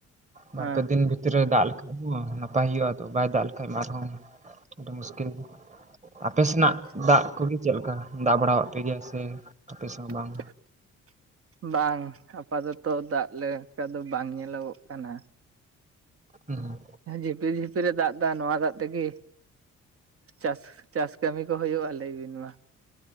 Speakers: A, on the right (about 20°); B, on the right (about 45°).
A: ᱵᱟᱨ
B: ᱦᱮᱸ
A: ᱯᱮ ᱫᱤᱱ ᱵᱷᱤᱛ ᱛᱨᱤ ᱨᱮ ᱫᱟᱜ <inaudible> ᱱᱟᱯᱟᱭ ᱦᱩᱭᱩᱜᱼᱟ ᱛᱚ ᱵᱟᱭ ᱫᱟᱜ ᱞᱮᱠᱷᱟᱡ ᱢᱟ ᱟᱨᱦᱚᱸ <inaudible> ᱢᱩᱥᱠᱤᱞ ᱜᱮ᱾ ᱟᱯᱮ ᱥᱮᱱᱟᱜ
B: ᱟᱪᱪᱷᱟ
A: ᱫᱟᱜ ᱠᱚᱜᱮ ᱪᱮᱫ ᱞᱮᱠᱟ ᱫᱟᱜ ᱵᱟᱲᱟᱣᱟᱜ ᱯᱮ ᱜᱮᱭᱟ ᱥᱮ ᱟᱯᱮ ᱥᱮ ᱦᱚᱸ ᱵᱟᱝ?
B: <inaudible> ᱵᱟᱝ ᱟᱯᱟᱛᱚᱛᱚ ᱫᱟᱜ ᱞᱮᱠᱟ ᱫᱚ ᱵᱟᱝ ᱧᱮᱞᱚᱜᱚᱜ ᱠᱟᱱᱟ᱾
A: ᱦᱩ ᱦᱩᱸ
B: ᱦᱮ ᱡᱷᱤᱯᱤ ᱡᱷᱤᱯᱤᱨᱮ ᱫᱟᱜ ᱫᱟ ᱱᱚᱣᱟ ᱫᱟᱜ ᱛᱮᱜᱤ᱾ ᱪᱟᱥ ᱪᱟᱥ ᱠᱟᱹᱢᱤ ᱠᱚ ᱦᱩᱭᱩᱜᱼᱟ ᱞᱟᱹᱭᱵᱤᱱ ᱢᱟ?